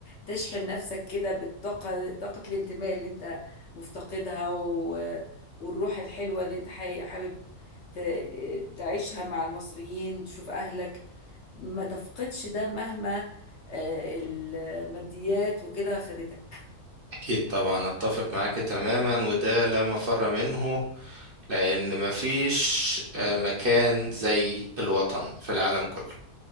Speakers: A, on the left; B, on the right.
A: تشحن نفسك كده بالطاقة طاقة الانتماء اللي انت مفتقدها و... والروح الحلوة اللي انت حي- حابب ت... تعيشها مع المصريين تشوف أهلك ما تفقدش ده مهما آه، الماديات وكده خدتك
B: اكيد طبعا اتفق معاك تماما وده لا مفر منه لان مفيش آه، مكان زي الوطن في العالم كله